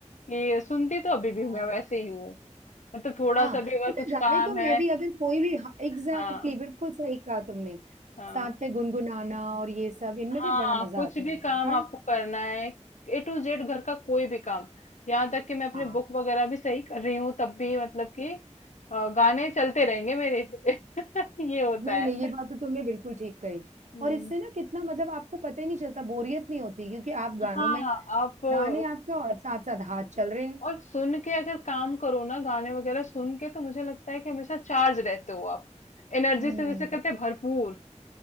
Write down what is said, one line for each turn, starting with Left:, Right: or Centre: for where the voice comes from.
Left: कि सुनती तो अभी भी
Right: हाँ
Left: मैं वैसे ही हूँ मतलब थोड़ा
Right: हाँ
Left: सा भी अगर
Right: पता
Left: कुछ
Right: है, गाने
Left: काम
Right: तो
Left: है
Right: मैं भी अगर कोई भी एग्जैक्टली exactly,
Left: हाँ
Right: बिल्कुल सही कहा तुमने
Left: हाँ
Right: साथ में गुनगुनाना और ये सब इनमें
Left: हाँ
Right: भी बड़ा मजा
Left: कुछ
Right: आता है
Left: भी काम
Right: हाँ
Left: आपको करना है ए टू जेड घर का कोई भी काम यहाँ तक कि मैं अपने
Right: हाँ।
Left: बुक वगैरह भी सही कर रही हूँ तब भी मतलब कि अ, गाने चलते रहेंगे मेरे <laughs> ये होता
Right: नहीं
Left: है
Right: नहीं ये बात तो तुमने बिल्कुल ठीक कही
Left: हम्म,
Right: और इससे ना कितना मतलब आपको पता ही नहीं चलता बोरियत नहीं होती क्योंकि आप गानों
Left: हाँ
Right: में
Left: आप
Right: ध्यान
Left: अ,
Right: है आपका और साथ साथ हाथ चल रहे हैं
Left: और सुन के अगर काम करो ना गाने वगैरह सुन के तो मुझे लगता है कि हमेशा चार्ज रहते हो आप एनर्जी
Right: हम्म
Left: से जैसे कहते हैं भरपूर